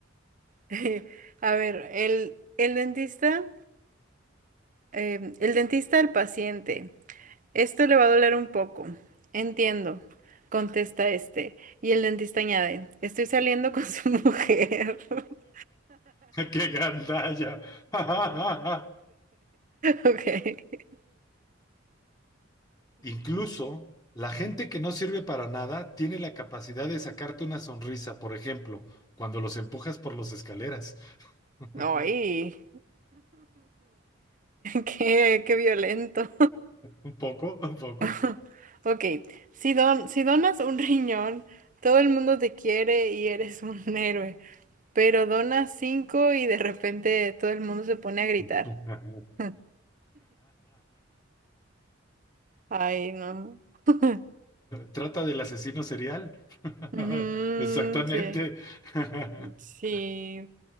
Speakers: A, on the right; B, on the left.
A: <laughs> A ver, el, el dentista. Em, el dentista al paciente. Esto le va a doler un poco. Entiendo, contesta este. Y el dentista añade, estoy saliendo con su <laughs> mujer. <laughs>
B: ¡Qué gandalla! <laughs>
A: Ok.
B: Incluso la gente que no sirve para nada tiene la capacidad de sacarte una sonrisa, por ejemplo, cuando los empujas por las escaleras. <laughs>
A: Ay. <laughs> Qué, qué violento.
B: Un poco, un poco.
A: <laughs> Ok. Si don, si donas un riñón, todo el mundo te quiere y eres un <laughs> héroe. Pero donas cinco y de repente todo el mundo se pone a gritar.
B: <laughs>
A: <laughs> Ay, no. <laughs>
B: Trata del asesino serial. <laughs>
A: Ujú,
B: Exactamente.
A: sí,
B: <laughs>
A: sí,